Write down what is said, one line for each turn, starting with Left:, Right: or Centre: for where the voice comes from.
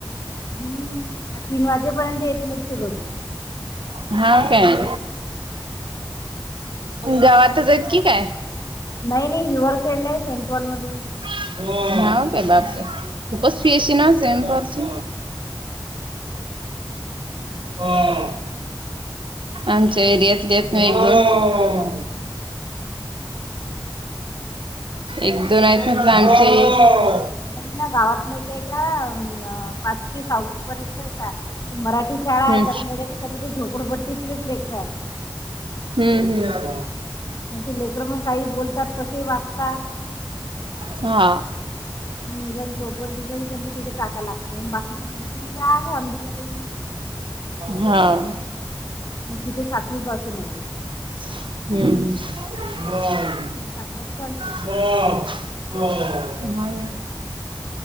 Left: हम्म आता तीन वाजेपर्यंत येत नाहीत ते घरी.
Right: हा काय गावातच आहेत की काय?
Left: नाही-नाही हिवर खेळले सेंट पॉल मध्ये.
Right: <unintelligible> खूपच फि असी ना सेंट पॉल ची. आम आमच्या एरियातले एक दीन. एक दोन ऐत मात्र आमचे.
Left: नाही ना गावात नाही. ते का ना पाचवी-सहावी पर्यंत शा मराठी शाळा
Right: हम्म
Left: येतात <unintelligible> कधी काय झोपडपट्टीतलेच लेकरं.
Right: हम्म हम्म.
Left: म ते लेकरं मग काही बोलतात कशे ही वागतात.
Right: हा.
Left: <unintelligible>
Right: हां.
Left: मग तिथे सातवी पासून हाय ती.
Right: हम्म हम्म.
Left: टाकलत चाल
Right: हाव ना.